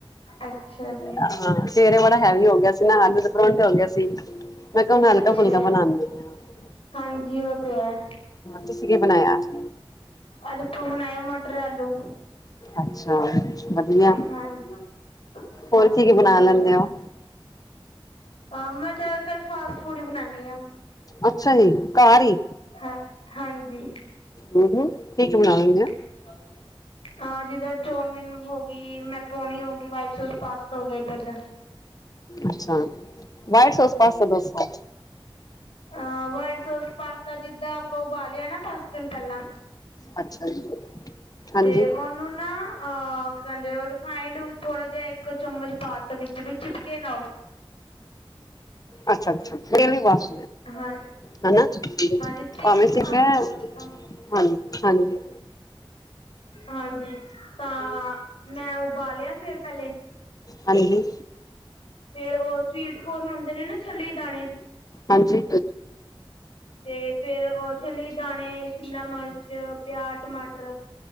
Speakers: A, on the left; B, on the left.
A: ਅੱਛਾ ਜੀ।
B: ਹਾਂ ਸਵੇਰੇ ਬੜਾ ਹੈਵੀ ਹੋ ਗਿਆ ਸੀ ਨਾ ਆਲੂ ਦੇ ਪਰੌਂਠੇ ਹੋ ਗਏ ਸੀ। ਮੈਂ ਕਿਹਾ ਹੁਣ ਹਲਕਾ
A: ਅੱਛਾ,
B: ਫੁਲਕਾ ਬਣਾਉਂਦੇ ਹਾਂ।
A: ਹਾਂਜੀ ਉਹ ਤੇ ਹੈ
B: ਤੁਸੀਂ ਕੀ ਬਣਾਇਆ ਅੱਜ?
A: ਅੱਜ ਆਪਾਂ ਬਣਾਏ ਮਟਰ ਆਲੂ।
B: ਅੱਛਾ। ਵਧੀਆ।
A: ਹਾਂਜੀ,
B: ਹੋਰ
A: ਹਾਂਜੀ
B: ਕੀ ਕੀ ਬਣਾ
A: ਵਧੀਆ।
B: ਲੈਂਦੇ ਹੋ?
A: ਅ ਮੈਂ ਜ਼ਿਆਦਾਤਰ ਫਾਸਟ ਫੂਡ ਹੀ ਬਣਾਉਦੀ ਹਾਂ।
B: ਅੱਛਾ ਜੀ! ਘਰ ਹੀ
A: ਹਾਂ ਹਾਂਜੀ।
B: ਹਮ ਹਮ, ਕੀ ਬਣਾ ਆ।
A: ਹਾਂ। ਹਾਂ ਜਿੱਦਾਂ ਚੋਮਿਨ ਹੋ ਗਈ, ਮੈਕਰੋਨੀ ਹੋ ਗਈ, ਵਾਈਟ ਸੋਸ ਪਾਸਤਾ ਹੋ ਗਿਆ ਏਦਾਂ ਏਦਾਂ।
B: ਅੱਛਾ, ਵਾਈਟ ਸੋਸ ਪਾਸਤਾ ਦੱਸਣਾ।
A: ਅਹ ਵਾਈਟ ਸੋਸ ਪਾਸਤਾ ਜਿੱਦਾਂ ਆਪਾਂ ਉਬਾਲਿਆ ਨਾ ਪਾਸਤੇ ਨੂੰ ਪਹਿਲਾਂ
B: ਅੱਛਾ ਜੀ। ਹਾਂਜੀ।
A: ਤੇ ਉਹਨੂੰ ਨਾ ਅ ਕੀ ਕਹਿੰਦੇ ਉਹ ਰਿਫਾਈੰਡ ਥੋੜ੍ਹਾ ਜਿਹਾ ਇੱਕ ਚਮਚ ਪਾ ਵਿੱਚ ਵੀ ਚਿਪਕੇ ਨਾ ਉਹ
B: ਅੱਛਾ-ਅੱਛਾ, ਨੀ-ਨੀ ਵਾਸ,
A: ਹਾਂ
B: ਹਨਾ?
A: ਹਾਂਜੀ ਤੇਲ
B: ਭਾਵੇਂ
A: ਵੀ
B: <unintelligible> ਹਾਂਜੀ-ਹਾਂਜੀ।
A: ਪਾ ਸਕਦੇ ਹਾਂ ਵੈਸੇ ਤਾਂ ਹਾਂਜੀ ਤਾਂ ਮੈਂ ਉਬਾਲੇਆ ਫਿਰ ਪੈਲੇ।
B: ਹਾਂਜੀ।
A: ਫੇਰ ਉਹ ਸਵੀਟ ਕੋਰਨ ਹੋਂਦੇ ਨੇ ਨਾ, ਛੱਲੀ ਦਾਣੇ?
B: ਹਾਂਜੀ
A: ਤੇ ਫੇਰ ਉਹ ਛੱਲੀ ਦੇ ਦਾਣੇ, ਸ਼ਿਮਲਾ ਮਰ ਚ ਪਿਆਜ, ਟਮਾਟਰ